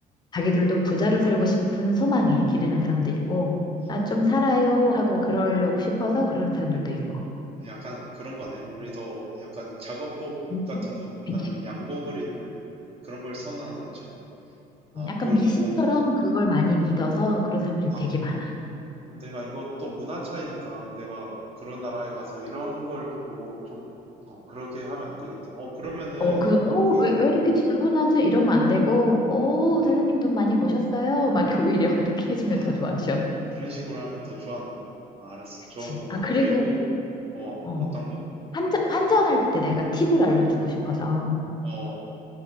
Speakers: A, on the left; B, on the right.
A: 자기들도 부자로 살고 싶은 소망에 기르는 사람도 있고,
B: 아,
A: 나 좀 살아요 하고 그러려고 싶어서 그러는 사람들도 있고.
B: 약간 그런 거네. 우리도 약간 작업복
A: 음.
B: 같은 거보다는
A: 그치.
B: 양복을 입는 그런 걸 선호하는 것처럼. 아,
A: 약간
B: 그러면은,
A: 미신처럼 그걸 많이 믿어서 그런 사람들이
B: 아,
A: 되게 많아.
B: 아, 내가 이것도 문화 차이니까 내가 그런 나라에 가서 이런 걸 보고 좀, 어, 그렇게 하면 안 되겠다. 어, 그러면은,
A: 어, 그, 어,
B: 그,
A: 왜, 왜 이렇게 지저분하지? 이러면 안 되고, 어,
B: 음,
A: 사장님 돈 많이 버셨어요? 막 이렇게 오히려 <laughs> 이렇게 해주면
B: 아,
A: 더 좋아하셔.
B: 그런 식으로 하면 더 좋아하는구나. 아, 알았어.
A: 그치.
B: 조언 고마워.
A: 아, 그리고,
B: 그리고, 어,
A: 어,
B: 어떤 거?
A: 환전, 환전할 때 내가 팁을 알려주고 싶어서.
B: 어,